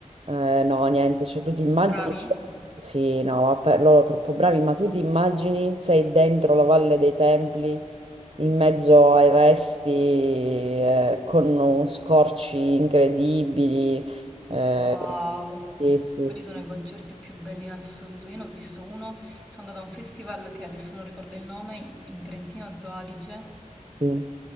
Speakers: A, on the right; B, in the centre.
A: Eh, no, niente, cioè tu ti immagini,
B: sono bravi?
A: sì, no, vabbè, loro troppo bravi, ma tu ti immagini sei dentro la Valle dei Templi, in mezzo ai resti, eh, con uh, scorci incredibili, eh,
B: Wow,
A: sì, sì,
B: quelli
A: sì,
B: sono i concerti più belli in assoluto. Io ne ho visto uno, sono andata a un festival che adesso non ricordo il nome, in Trentino Alto Adige,
A: sì,